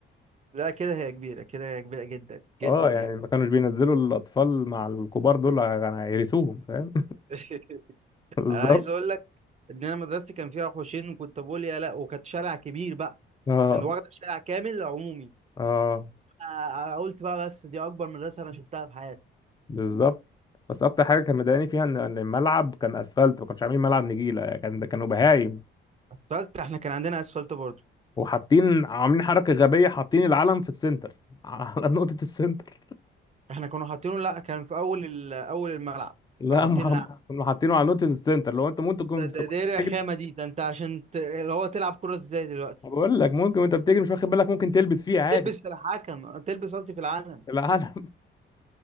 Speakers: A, on the right (about 35°); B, on the left (about 20°).
A: لا كده هي كبيرة كده هي كبيرة جدا جدا
B: اه
A: يعني
B: يعني ما كانوش بينزلوا الاطفال مع الكبار دول يعني هيرثوهم فاهم
A: <laughs>
B: <laughs> بالظبط
A: انا عايز اقول لك ان انا مدرستي كان فيها حوشين وكنت بقول يا لا وكانت شارع كبير بقى
B: اه
A: كان واخد شارع كامل عمومي
B: اه
A: أنا قلت بقى بس دي اكبر مدرسة انا شفتها في حياتي
B: بالظبط بس اكتر حاجه كان مضايقاني فيها ان إن الملعب كان اسفلت ما كانش عاملين ملعب نجيله يعني كان كانوا بهايم
A: اسفلت احنا كان عندنا اسفلت برضه
B: وحاطين عاملين حركه غبيه حاطين العلم في السنتر <laughs> على نقطه السنتر
A: احنا كنا حاطينه لا كان في اول ال- اول الملعب
B: لا
A: كانوا حاطين
B: ما هم
A: لعب
B: كانوا حاطينه على نقطه السنتر لو انت ممكن تكون
A: ده
B: أنت
A: ده
B: وأنت
A: ده ايه الرخامة
B: بتجري
A: دي ده انت عشان ت... اللي هو تلعب كرة ازاي دلوقتي
B: بقول لك ممكن وانت بتجري مش واخد بالك ممكن تلبس فيه عادي
A: تلبس في الحكم تلبس قصدي في العالم
B: العلم